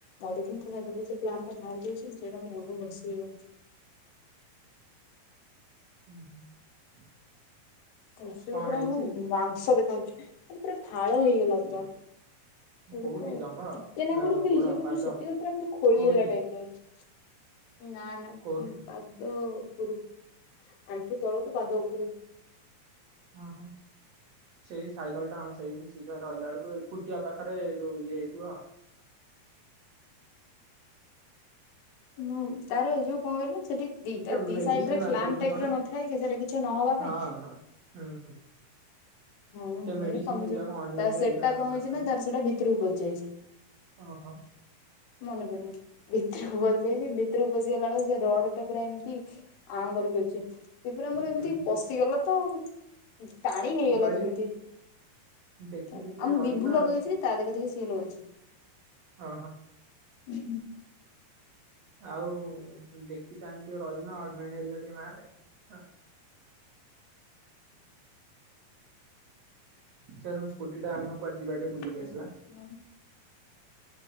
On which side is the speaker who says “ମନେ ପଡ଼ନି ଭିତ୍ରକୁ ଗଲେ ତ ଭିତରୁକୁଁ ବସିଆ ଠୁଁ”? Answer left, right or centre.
Left